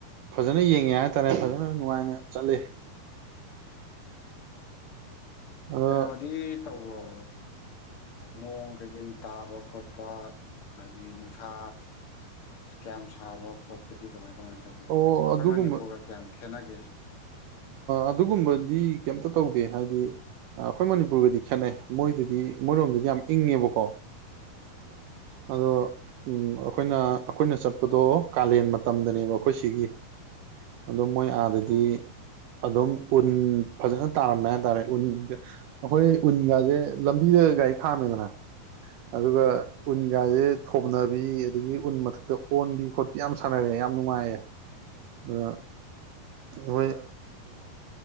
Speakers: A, on the right (about 75°); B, on the left (about 50°).
A: ꯐꯖꯅ ꯌꯦꯡꯉꯦ ꯍꯥꯏꯇꯥꯔꯦ ꯐꯖꯅ ꯅꯨꯡꯉꯥꯏꯅ ꯆꯠꯂ ꯑꯗ
B: ꯀꯩꯅꯣꯗꯤ ꯇꯧ ꯎꯔꯛ ꯅꯣꯡ ꯀꯩ ꯀꯩ ꯇꯥꯕ ꯈꯣꯠꯄ ꯍꯥꯏꯗꯤ ꯅꯨꯡꯁꯥ ꯀꯌꯥꯝ ꯁꯥꯕ ꯈꯣꯠꯄꯗꯤ ꯀꯃꯥꯏ ꯀꯃꯥꯏꯅ ꯇꯧꯒꯦ ꯑꯗꯨꯕꯨ
A: ꯑꯣ
B: ꯑꯩꯈꯣꯏ
A: ꯑꯗꯨꯒꯨꯝꯕ
B: ꯃꯅꯤꯄꯨꯔꯒ ꯀꯌꯥꯝ ꯈꯦꯠꯅꯒꯦꯁ
A: ꯑꯗꯨꯒꯨꯝꯕꯗꯤ ꯀꯩꯝꯇ ꯇꯧꯗꯦ ꯍꯥꯏꯗꯤ ꯑꯩꯈꯣꯏ ꯃꯅꯤꯄꯨꯔꯒꯗꯤ ꯈꯦꯠꯅꯩ ꯃꯣꯏꯗꯗꯤ ꯃꯣꯏꯔꯣꯝꯗꯗꯤ ꯌꯥꯝ ꯏꯪꯉꯦꯕꯀꯣ ꯑꯗꯣ ꯑꯩꯈꯣꯏꯅ ꯑꯩꯈꯣꯏꯅ ꯆꯠꯄꯗꯣ ꯀꯥꯂꯦꯟ ꯃꯇꯝꯗꯅꯦꯕ ꯑꯩꯈꯣꯏ ꯁꯤꯒꯤ ꯑꯗꯣ ꯃꯣꯏ ꯑꯥꯗꯗꯤ
B: ꯑꯣ
A: ꯑꯗꯨꯝ ꯎꯟ ꯐꯖꯅ ꯇꯥꯔꯝꯃꯦ ꯍꯥꯏꯇꯥꯔꯦ ꯎꯟꯒ ꯑꯩꯈꯣꯏ ꯎꯟꯒꯥꯁꯦ ꯂꯝꯕꯤꯗ ꯒꯥꯔꯤ ꯈꯥꯝꯃꯦꯗꯅ ꯑꯗꯨꯒ ꯎꯟꯒꯁꯦ ꯊꯣꯅꯕꯤ ꯑꯗꯒꯤ ꯎꯟ ꯃꯊꯛꯇ ꯑꯣꯟꯕꯤ ꯈꯣꯠꯄꯤ ꯌꯥꯝ ꯁꯥꯟꯅꯔꯦ ꯌꯥꯝ ꯅꯨꯡꯉꯥꯏꯌꯦ ꯑ ꯅꯣꯏ